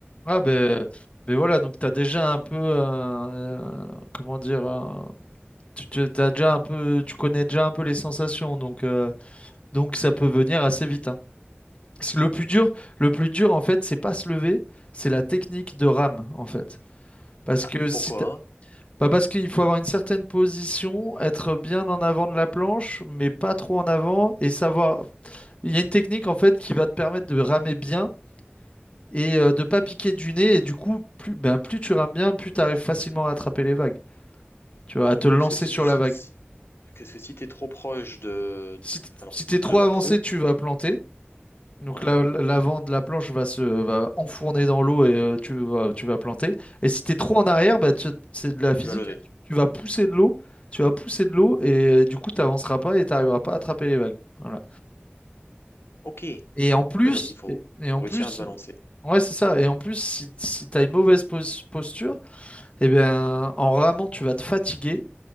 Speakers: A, on the left (about 30°); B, on the left (about 80°).
A: Ah ben, ben voilà, donc tu as déjà un peu, euh, euh, comment dire, un- tu, tu- t'as déjà un peu, tu connais déjà un peu les sensations, donc, euh, donc ça peut venir assez vite, hein. Parce que Le plus dur, le plus dur en fait, c'est pas se lever, c'est la technique de rame en fait. Parce
B: Ah,
A: que si
B: pourquoi?
A: tu Bah parce qu'il faut avoir une certaine position, être bien en avant de la planche, mais pas trop en avant, et savoir. Il y a une technique en fait qui va te permettre de ramer bien et euh, de pas piquer du nez, et du coup, plus, ben, plus tu rames bien, plus
B: Mhm.
A: tu arrives facilement à attraper les vagues, tu vois, à te lancer
B: Parce que si
A: sur
B: tu si,
A: la vague.
B: si- parce que si t'es trop proche de,
A: Si
B: de-
A: t-
B: alors
A: si t'es trop
B: de la
A: avancé,
B: pro,
A: tu vas planter. Donc
B: ouais,
A: la- l'avant de la planche va se va enfourner dans l'eau et euh, tu vas, tu vas planter. Et si tu es trop
B: mhm,
A: en arrière, bah, tu- c'est de la physique.
B: tu vas lever.
A: hein. Tu, tu vas pousser de l'eau, tu vas pousser de l'eau et euh, du coup tu n'avanceras pas et tu n'arriveras pas à attraper les vagues. Voilà.
B: Ok. Oui,
A: Et en plus,
B: donc il faut,
A: et, et
B: faut
A: en
B: réussir
A: plus,
B: à se balancer.
A: ouais, c'est ça. Et en plus, si, si tu as une mauvaise pos- posture, eh bien, en ramant, tu vas te fatiguer